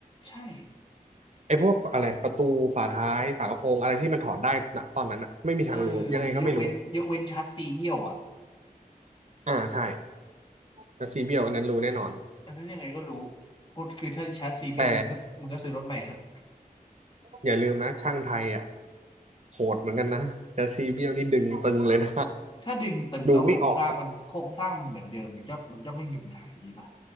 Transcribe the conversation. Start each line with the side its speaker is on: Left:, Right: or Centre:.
Left: ใช่
Right: ไอ้พวกอะไรประตูฝาท้ายฝากระโปรงอะไรที่มันถอดได้ณตอนนั้นน่ะไม่มีทางรู้ยังไงก็ไม่รู้
Left: เออยกเว้นยกเว้นชาร์จซีเบี้ยวอ่ะ
Right: อ่าใช่แต่ซีเบียวอันนั้นรู้แน่นอน
Left: อันนั้นยังไงก็รู้พดคือถ้าชาร์จซีเบี้ยวมึงก็มึงก็ซื้อรถใหม่เถอะ
Right: แต่อย่าลืมนะช่างไทยอะโหดเหมือนกันนะแต่ซีเบียวนี่ดึงตึงเลยนะ
Left: ถ้าดึงตึงแล้วโครงสร้างมันโครงสร้างมันเหมือนเดิมมันก็มันก็ไม่มีปัญหาอยู่ดีป่ะ
Right: ดูไม่ออกอะ